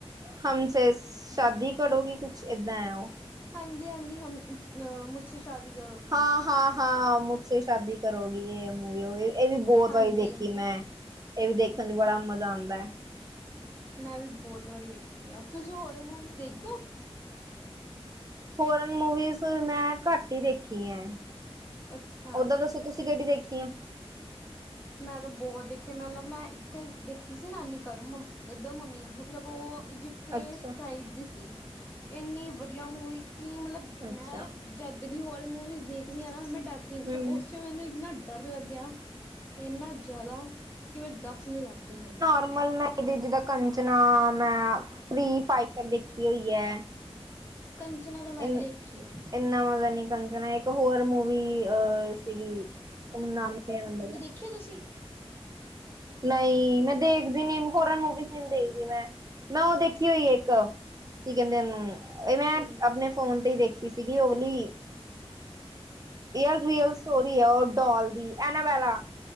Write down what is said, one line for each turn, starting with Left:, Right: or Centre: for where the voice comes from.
Right: ਹਮਸੇ ਚ ਸ਼ਾਦੀ ਕੜੋਗੀ ਕੁਛ ਏਦਾਂ ਐਂ ਉਹ।
Left: ਹਾਂਜੀ-ਹਾਂਜੀ ਹਮ ਅ ਮੁਝਸੇ ਸ਼ਾਦੀ ਕਰੋਗੀ।
Right: ਹਾਂ ਹਾਂ ਹਾਂ ਮੁਝਸੇ ਸ਼ਾਦੀ ਕਰੋਗੀ, ਇਹ ਮੂਵੀ ਓ ਹੀ ਇਹ ਵੀ ਬਹੁਤ
Left: ਹਾਂਜੀ।
Right: ਵਾਰੀ ਦੇਖੀ ਮੈਂ, ਇਹ ਵੀ ਦੇਖਣ ਚ ਬੜਾ ਮਜ਼ਾ ਆਂਦਾ।
Left: ਮੈਂ ਵੀ ਬਹੁਤ ਵਾਰੀ ਵੇਖੀ ਆ, ਤੁਸੀਂ ਹੋਰਰ ਮੂਵੀਜ਼ ਦੇਖਦੇ ਹੋ?
Right: ਹੋਰਰ ਮੂਵੀਜ਼ ਮੈਂ ਘੱਟ ਹੀ ਦੇਖੀ ਆ।
Left: ਅੱਛਾ।
Right: ਓਦਾਂ ਦੱਸੋ ਤੁਸੀਂ ਕਿਹੜੀ ਦੇਖੀ ਆ?
Left: ਮੈਂ ਤਾਂ ਬਹੁਤ ਦੇਖੀ, ਮਤਲਬ ਮੈਂ ਇੱਕ ਦੇਖੀ ਸੀ ਨਾਨੀ ਘਰ, ਮੰ ਦਾ ਮੰਮੀ ਮਤਲਬ ਉਹ ਇਜਿਪਟ ਤੇ
Right: ਅੱਛਾ
Left: ਸਾਈਡ ਜੀ ਸੀ, ਇੰਨੀ ਵਧੀਆ ਮੂਵੀ ਕਿ ਮਤਲਬ
Right: ਅੱਛਾ
Left: ਮੈਂ ਜਦ ਵੀ ਹੋਰ ਮੂਵੀਜ਼ ਦੇਖਦੀ ਆ ਨਾ ਮੈਂ ਡਰਦੀ ਨੀ, ਪਰ
Right: ਹਮ
Left: ਉਸ ਚ ਮੈਨੂੰ ਇੰਨਾ ਡਰ ਲੱਗਿਆ ਏਨਾ ਜ਼ਿਆਦਾ, ਕਿ ਮੈਂ ਦੱਸ ਨਹੀਂ ਸਕਦੀ ਤੁਹਾਨੂੰ।
Right: ਮਲਬ ਜਿਦਾਂ ਕੰਜਨਾ, ਮੈਂ ਥ੍ਰਰੀ ਫਾਈਵ ਤਕ ਦੇਖੀ ਹੋਈ ਐ।
Left: ਕੰਚਨਾ ਤਾਂ ਮੈਂ
Right: ਇਨ
Left: ਵੀ ਵੇਖੀ ਆ।
Right: ਇੰਨਾ ਮਜ਼ਾ ਨੀ ਕੰਜਣਾ, ਇੱਕ ਹੋਰ ਮੂਵੀ ਅ ਸੀਗੀ, ਓ ਮੈਨੂੰ ਨਾਮ ਨੀ ਆਂਦਾ ਪਿਆ।
Left: ਵੇਖੀ ਆ ਤੁਸੀਂ?
Right: ਨਈਂ, ਮੈਂ ਦੇਖਦੀ ਨੀ, ਫੋਰਨ ਮੂਵੀਜ਼ ਨਹੀਂ ਦੇਖਦੀ ਮੈਂ, ਮੈਂ ਉਹ ਦੇਖੀ ਹੋਈ ਇੱਕ ਕੀ ਕਹਿੰਦੇ ਓਨੂੰ,
Left: ਕਿਹੜੀ
Right: ਮੈਂ ਆਪਣੇ ਫੋਨ ਤੇ ਈ ਦੇਖੀ ਸੀਗੀ ਓ ਵਾਲੀ ਰੀਅਲ-ਰੀਅਲ ਸਟੋਰੀ ਐ ਉਹ ਡੌਲ ਦੀ, ਐਨਾਵਾਲਾ।